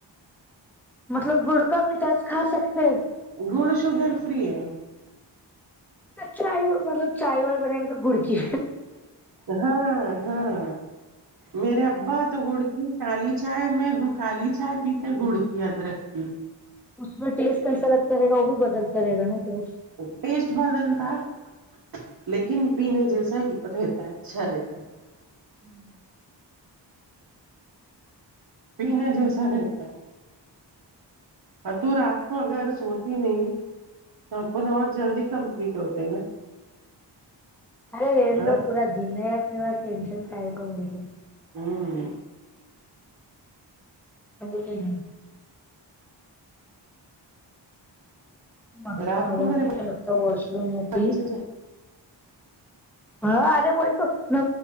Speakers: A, in the centre; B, on the right (about 55°).
A: مطلب گڑ کا مٹاس کھا سکتے ہیں
B: گوڑ شوگگر فری ہے
A: چائے مطلب چائے وائے بنائیں گے تو گڑکی
B: ہاں ہاں میرے ابا تو گڑ کیی کالی چائے میں کالی چائے پیتے گڑ کی ادرک کی
A: اس میں ٹیسٹ کیسا لگتا رہے گا وہ بھی بدلتا رہے گا نا دوست
B: پٹیسٹ بتا ہے <inaudible> لیکن پینے جیسا ہی رہتا ہے اچھا رہتا ہے
A: ہوں <unintelligible>
B: پینے جیسا رہتا ہے تو رات کو اگر سوتی نہیں تون اپن اور جلدی کمپلیٹ ہوتے نا
A: ارے رہنے
B: ہاں
A: دو پورا دن ہے اپنے پاس ٹینشن کا ہے کو ملے
B: ہوں
A: ا ہ ہ <unintelligible> مھ
B: رات
A: کو آاز
B: میرے
A: نہیں لگتا وش رم نہیں
B: بچے
A: <inaudible> ہاں ارے وہی تو نہ